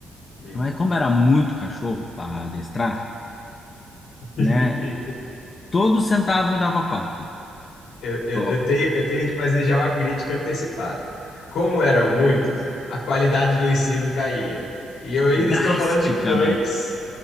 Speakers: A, on the left; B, on the left.
A: Hum.
B: mas como era muito cachorro para adestrar,
A: <laughs>
B: né? Todos sentavam e dava pata,
A: Eu, eu,
B: ó,
A: eu tenho, eu tenho de fazer já uma crítica antecipada. Como eram muitos, a qualidade do ensino caía. E eu ainda estou
B: drasticamente.
A: falando de cães